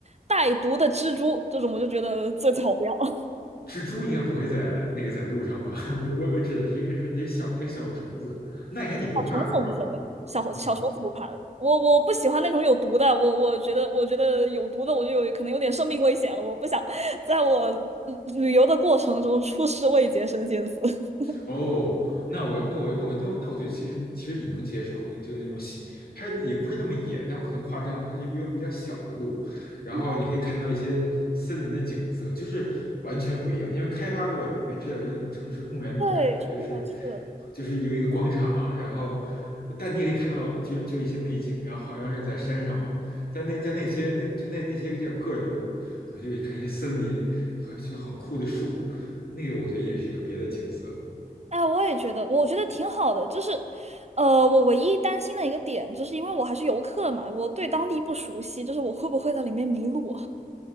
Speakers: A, on the right; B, on the left.
A: 带毒的蜘蛛这种，我就觉得最最好不要。<laughs>
B: 蜘蛛应该不会在那个在路上吧？<laughs> 我我我指的是应该是那些小那些小虫子，那应该你不怕对吧？
A: 小虫子无所谓，小小虫子不怕的，
B: 嗯，
A: 我我不喜欢那种有毒的，我我觉得我觉得有毒的我就有可能有点生命危险了，我不想在我旅旅游的过程中出师未捷身先死。<laughs>
B: 哦，那我那我那我那我那我觉得其实其实你能接受，那就是那种小，它也不是那么野，那我可能夸张，它是比较比较小的路，然后你可以看到一些森林的景色，
A: 啊，
B: 就是完全不一样。因为开发过，你应该知道，就是那种城市公园那种感觉，
A: 对，是的，
B: 就是
A: 是的。
B: 就是有一个广场，然后但你也可以看到就就一些美景，然后好像是在山上嘛，但那在那些那就那那些叫个人的路，可能就看一些森林和就很酷的树，那个我觉得也是一个别的景色。
A: 哎，我也觉得，我觉得挺好的。就是，呃，我唯一担心的一个点，就是因为我还是游客嘛，我对当地不熟悉，就是我会不会在里面迷路？